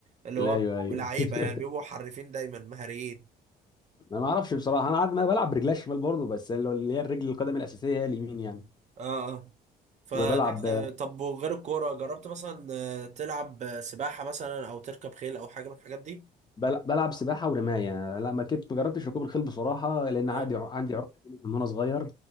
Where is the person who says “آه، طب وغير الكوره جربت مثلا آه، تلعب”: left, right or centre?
Right